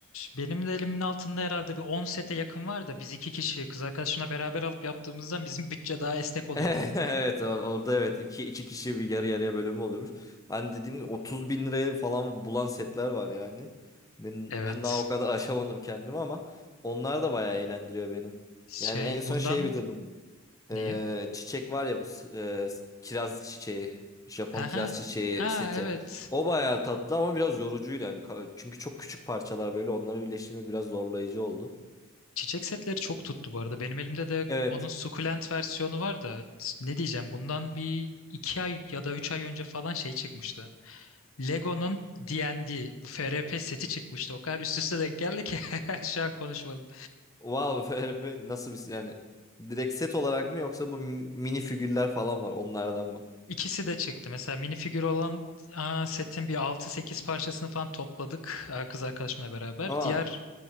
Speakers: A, on the left; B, on the left.
A: benim de elimin altında herhalde bir 10 sete yakın var da biz iki kişi kız arkadaşımla beraber alıp yaptığımızdan bizim bütçe daha esnek oluyor
B: <laughs>
A: o konuda.
B: Evet o- orada evet iki, iki kişi bir yarı yarıya bölümü oluyormuş. Hani dediğim gibi 30 bin liraya falan bulan setler var yani. Ben,
A: Evet.
B: ben daha o kadar <laughs> aşamadım kendimi ama onlar da bayağı eğlendiriyor beni.
A: Şey
B: Yani en son
A: bundan
B: şeyi bitirdim.
A: neyi?
B: Ee, çiçek var ya bu s- e, s- kiraz çiçeği. Japon
A: Ha
B: kiraz
A: ha.
B: çiçeği
A: Ha
B: seti.
A: evet.
B: O bayağı tatlı ama biraz yorucuydu yani. Ka- Çünkü çok küçük parçalar böyle onları birleştirmek biraz zorlayıcı oldu.
A: Çiçek setleri çok tuttu bu arada. Benim elimde de
B: Evet.
A: onun sukulent versiyonu var da ne diyeceğim bundan bir iki ay ya da üç ay önce falan şey çıkmıştı. Lego'nun D&D bu FRP seti çıkmıştı. O kadar üst üste denk geldi ki <laughs> şu an konuşmadım.
B: Wow, <laughs> FRP nasıl bir yani direkt set olarak mı yoksa bu mini figürler falan var onlardan mı?
A: İkisi de çıktı. Mesela minifigür olan aa, setin bir altı sekiz parçasını falan topladık aa, kız arkadaşımla beraber.
B: Aa.
A: Diğer